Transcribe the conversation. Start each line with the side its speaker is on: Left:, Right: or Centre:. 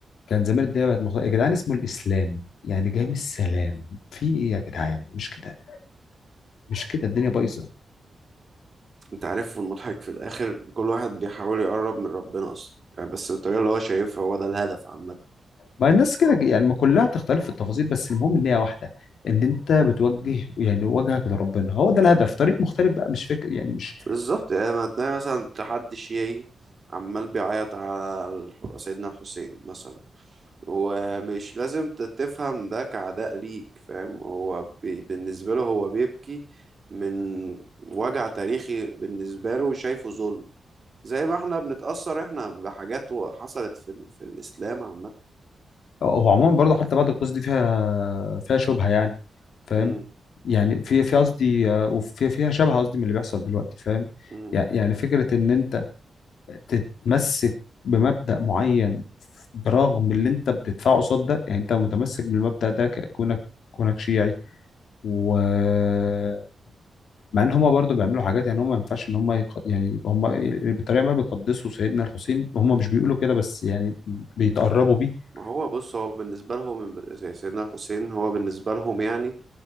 Left: كان زمان الدنيا بقت مختلفة يا جدعان اسمه الإسلام يعني جاي من السلام
Right: مهم.
Left: في إيه يا جدعان مش كده مش كده الدنيا بايظة
Right: انت عارف المضحك في الاخر كل واحد بيحاول يقرب من ربنا اصلا يعني بس بالطريقة اللي هو شايفها هو ده الهدف عامة
Left: ما الناس كده يعني ما كلها تختلف في التفاصيل بس المهم إن هي واحدة إن أنت بتوجه يعني وجهك لربنا هو ده الهدف طريق مختلف بقى مش فكر يعني مش
Right: بالظبط يعني ما تلاقي مثلا تحدي شيعي عمال بيعيط على الح- سيدنا الحسين مثلا ومش لازم ت- تفهم ده كعداء ليك فاهم هو بي بالنسبة له هو بيبكي من وجع تاريخي بالنسبة له شايفه ظلم زي ما احنا بنتأثر احنا بحاجات و- حصلت في, ال- في الإسلام عامة
Left: هو عموما برضه حتى بعد القصة دي فيها فيها شبهة يعني فاهم
Right: مم.
Left: يعني في في قصدي آه، وفي فيها شبهة قصدي من اللي بيحصل دلوقتي فاهم
Right: مم.
Left: يعني يعني فكرة إن أنت تتمسك بمبدأ معين برغم اللي انت بتدفعه قصاد ده يعني انت متمسك بالمبدأ ده كونك كونك شيعي ومع ان هما برضو بيعملوا حاجات يعني هما ما ينفعش ان هما يق... يعني هما بالطريقه ما بيقدسوا سيدنا الحسين هما مش بيقولوا كده بس يعني بيتقربوا بيه
Right: ما هو بص هو بالنسبة لهم زي سيدنا الحسين هو بالنسبة لهم يعني